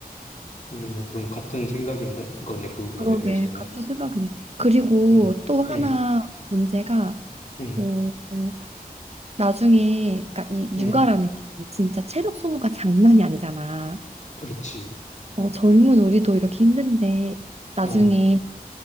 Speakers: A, on the left (about 50°); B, on the right (about 40°).
A: 우리는 그럼 같은 생각 있는 거네, 그 부분에
B: 그러게
A: 대해서는.
B: 같은 생각이네. 그리고
A: 응,
B: 또 하나
A: 응,
B: 문제가
A: 응,
B: 어, 어, 나중에 그러니까 이
A: 응.
B: 육아라는 게 진짜 체력 소모가 장난이 아니잖아.
A: 그렇지.
B: 어, 젊은 우리도 이렇게 힘든데 나중에
A: 어.